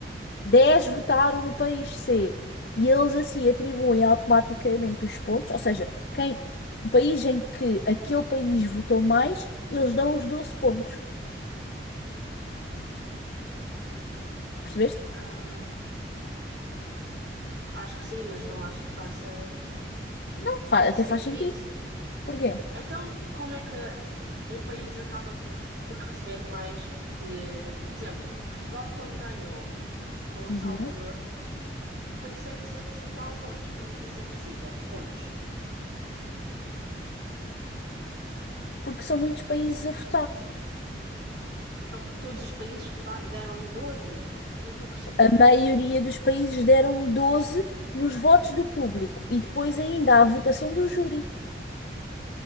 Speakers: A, on the left; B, on the right.
A: 10 votaram no país C e eles assim atribuem automaticamente os pontos, ou seja, quem, o país em que aquele país votou mais, eles dão os 12 pontos. Percebeste?
B: Ah, acho que sim, mas não acho que faça
A: Não, fa-
B: sentido.
A: até faz sentido. Porquê?
B: Então, como é que um país acaba por, por receber mais de. Por exemplo, Portugal, quando ganhou com o
A: Uhum.
B: Salvador. foi 700 e tal votos. Como é que isso é possível? Pontos.
A: Porque são muitos países a votar.
B: Então, todos os países vota- deram-lhe 12? Não estou a perceber.
A: A maioria dos países deram 12 nos votos do público e depois ainda há a votação do júri.